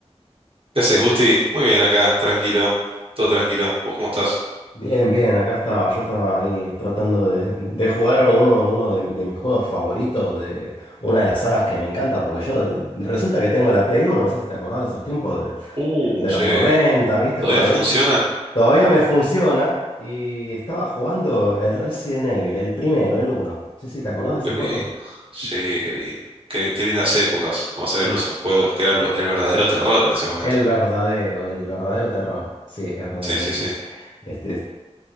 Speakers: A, on the right; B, on the left.
A: ¿Qué haces, Gusti? Muy bien acá, tranquilo, todo tranquilo. ¿Vos cómo estás?
B: Bien, bien, acá estaba. Yo estaba ahí tratando de, de jugar uno, uno de, de mis juegos favoritos, de una de las sagas que me encanta, porque yo resulta que tengo la Play Uno. no sé si te acordás de esos tiempos de,
A: Uh,
B: de
A: sí,
B: los 90, ¿viste?
A: ¿todavía
B: Por
A: funciona?
B: ahí. Todavía me funciona y estaba jugando el Resident Evil, el primero, el uno. Sí, sí, ¿te acordás
A: Uh,
B: de ese
A: qué
B: juego?
A: lindo. Sí, qué lindo. Qué, lin- qué lindas épocas cuando salieron
B: El,
A: esos juegos que eran lo- el verdadero terror en ese momento.
B: el verdadero, el verdadero terror. Sí, es verdad
A: Sí,
B: lo que
A: sí,
B: decís.
A: sí.
B: Este,